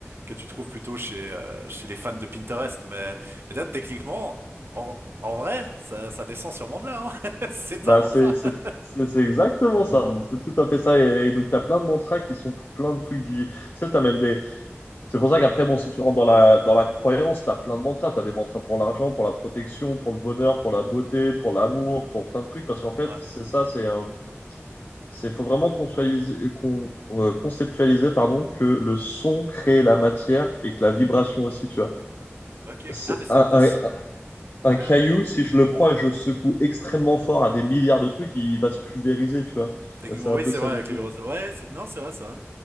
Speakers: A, on the right; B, on the left.
A: que tu trouves plutôt chez, euh, chez les fans de Pinterest. Mais, mais là, techniquement, en, en vrai, ça, ça descend sûrement de là, hein. <laughs> C'est
B: Bah
A: un mantra.
B: c'est c'est
A: <laughs>
B: c'est- c'est exactement ça. C'est tout à fait ça. Et, et donc t'as plein de mantras qui sont pour plein de trucs. du- Tu sais, t'as même des C'est pour ça qu'après, bon, si tu rentres dans la, dans la croyance, tu as plein de mantras. Tu as des mantras pour l'argent, pour la protection, pour le bonheur, pour la beauté, pour l'amour, pour plein de trucs. Parce qu'en fait,
A: Ouais.
B: c'est ça, c'est un- c'est faut vraiment conceptualiser, con- euh, conceptualiser pardon, que le son crée la matière et que la vibration aussi, tu vois.
A: Ok, ok.
B: C'est
A: Ah, mais c'est
B: un,
A: de.
B: un,
A: ce-
B: un
A: Ouais,
B: caillou,
A: ouais.
B: si je le prends et je secoue extrêmement fort à des milliards de trucs, il va se pulvériser, tu vois.
A: Techniquement,
B: C'est un
A: oui,
B: peu
A: c'est
B: ça
A: vrai,
B: l'idée.
A: avec les roses. Ouais, c'est- non, c'est vrai, ça.